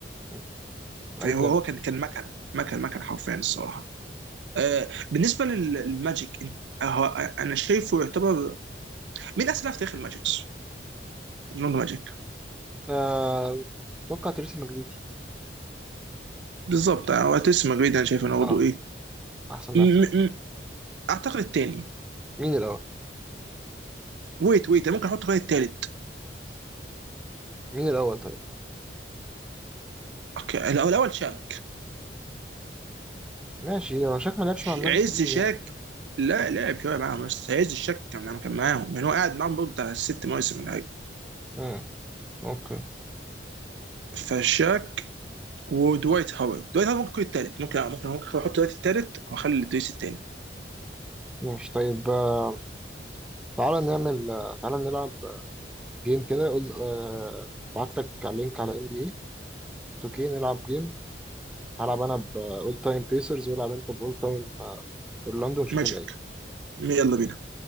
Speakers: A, in the centre; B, on the right (about 85°).
A: مم. لعيب
B: فهو
A: جامد
B: هو كان كان مكنه مكن مكن حرفيا الصراحه آه، بالنسبه لل- للماجيك انت هو- انا شايفه يعتبر مين احسن لاعب في تاريخ الماجيكس؟ لوندو ماجيك
A: آه، اتوقع تريسينج مجليتي
B: بالظبط يعني هو تيس مجريد انا شايف انه برضه
A: اه
B: ايه
A: احسن لاعب
B: م-
A: في الفريق.
B: م- م- اعتقد الثاني
A: مين الاول
B: ويت ويت أنا ممكن احط كمان الثالث
A: مين الاول طيب
B: اوكي الأول- الاول شاك
A: ماشي هو شكله ما لعبش
B: ش-
A: مع الماجيك
B: عز
A: كتير
B: شاك
A: يعني
B: لا لعب شويه معاهم بس عز الشاك كان لما كان معاهم يعني هو قاعد معاهم برضه بتاع ست مواسم ولا حاجه
A: مم. اوكي
B: فشاك ودوايت هاورد دوايت هاورد ممكن يكون التالت ممكن ممكن ممكن احط دلوقتي التالت واخلي دويس التاني
A: ماشي طيب آه، تعالى نعمل آه، تعالى نلعب آه، جيم كده قول آه، ابعت لك على لينك على ام بي اي 2K نلعب جيم هلعب انا بأول تايم بيسرز والعب انت بأول تايم اورلاندو ونشوف
B: ماجيك
A: مين اللي
B: يلا بينا